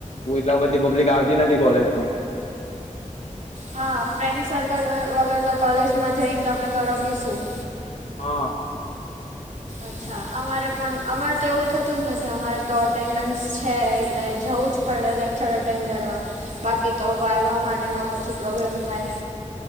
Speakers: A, on the left; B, on the right.
A: <inaudible> બધી પબ્લિક આવતી નથી કોલેજમાં
B: હા ફ્રેન્ડ સર્કલ વગર તો કોલેજમાં જઈને તમે કરો બી શું
A: હા
B: અચ્છા અમારે પણ અમારે તો એવું થતું જ નથી અમારે તો અટેન્ડન્સ છે એટલે જવું જ પડે લેક્ચર અટેન્ડ કરવા બાકી તો વાઈવામાં ને એમાં પછી પ્રોબ્લેમ થાય